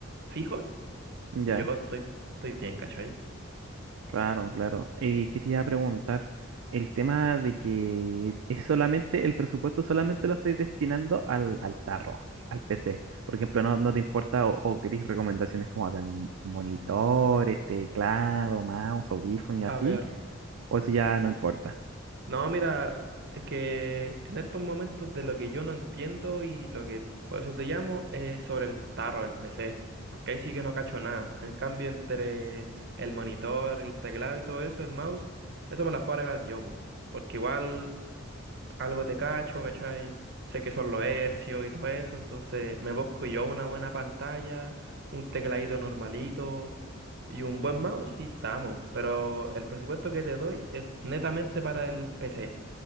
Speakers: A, on the right (about 55°); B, on the right (about 70°).
A: fijos, yo
B: Ya,
A: estoy, estoy bien, ¿cachai?
B: claro, claro. ¿Y qué te iba a preguntar? El tema de que es solamente, el presupuesto solamente lo estáis destinando al, al tarro, al, al PC. Por ejemplo, no, no te importa o, o queréis recomendaciones como tal monitores, teclado, mouse, audífono y así,
A: A ver,
B: o eso ya no importa.
A: no, mira, es que en estos momentos de lo que yo no entiendo y lo que por eso te llamo es sobre el tarro del PC, porque ahí sí que no cacho nada. En cambio, entre el monitor, el teclado y todo eso, el mouse, eso me las puedo arreglar yo, po, porque igual algo te cacho, ¿cachai? Sé que son los hercios y todo eso, entonces me busco yo una buena pantalla, un tecladito normalito y un buen mouse y estamos. Pero el presupuesto que te doy es netamente para el PC,